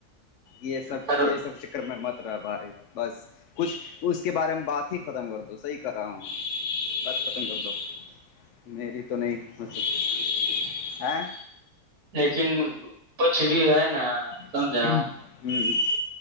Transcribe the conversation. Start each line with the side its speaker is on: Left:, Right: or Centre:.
Left: یہ سب
Right: پر
Left: یہ سب میں مت رہا بھائی بس کچھ اس کے بارے میں بات ہی کر ختم کر دو صحی کر رہا ہوں ب پت میری تو نہیں م
Right: لیکن کچھ بھی ہے نا سمجھا
Left: ہوں